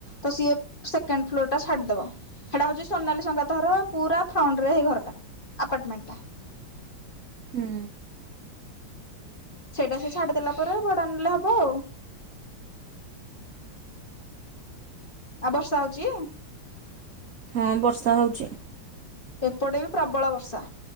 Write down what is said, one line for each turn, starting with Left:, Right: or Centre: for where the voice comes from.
Left: ତ ସିଏ ସେକେଣ୍ଡ ଫ୍ଲୋରଟା ଛାଡ଼ିଦବ ସେଇଟା ହଉଛି ସୋନାଲି ସଂଘାତ ର ପୁରା ଫ୍ରଣ୍ଟରେ ଏଇ ଘରଟା ଆପାର୍ଟମେଣ୍ଟଟା
Right: ହୁଁ
Left: ସେଇଟା ସେ ଛାଡିଦେଲା ପରେ ଭଡା ନେଲେ ହବ ଆଉ ଆଉ ବର୍ଷା ହଉଛି?
Right: ହଁ ବର୍ଷା ହେଉଛି।
Left: ଏପଟେ ବି ପ୍ରବଳ ବର୍ଷା